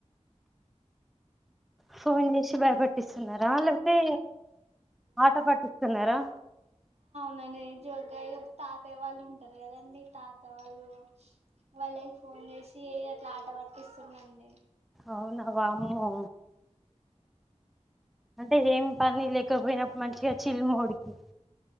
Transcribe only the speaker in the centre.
ఫోన్ చేసి భయపట్టిస్తున్నారా ఆళ్ళు తే ఆట పట్టిస్తున్నారా
అవునా వామ్మో అంటే ఏ పని లేకపోయినప్పుడు మంచిగా చిల్ మోడ్ కి